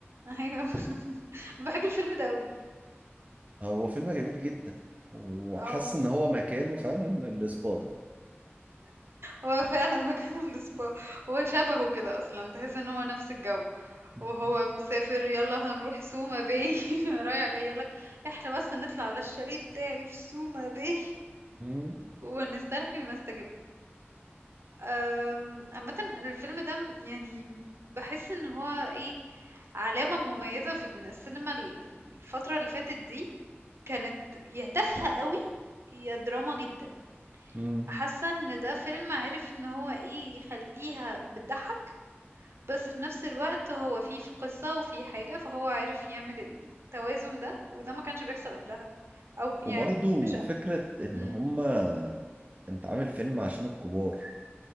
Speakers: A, on the right (about 70°); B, on the right (about 35°).
A: ايوه <laughs> انا بحب الفيلم ده قوي
B: هو فيلم جميل جدا وحاسس
A: اه
B: ان هو مكانه فعلا الاسبادة
A: هو فعلا مكان السبا هو شبهه كده اصلا تحس ان هو نفس الجو
B: مم.
A: وهو مسافر يلا هنروح سوما باي <laughs> رايح جاي يقولك احنا بس نطلع على الشاليه بتاعي في سوما باي
B: مم.
A: ونسترخي ونستجم أم، عامة الفيلم ده يعني بحس ان هو ايه علامة مميزة في إن السينما ال- الفترة اللي فاتت دي كانت يا تافهة قوي يا دراما جدا
B: مم.
A: حاسة ان ده فيلم عارف ان هو ايه يخليها بتضحك بس في نفس الوقت هو فيه في قصة وفيه حاجة فهو عارف يعمل التوازن ده وده ما كانش بيحصل قبلها او يعني
B: وبرضو
A: مش اه
B: فكرة ان
A: مم.
B: هما انت عامل فيلم عشان الكبار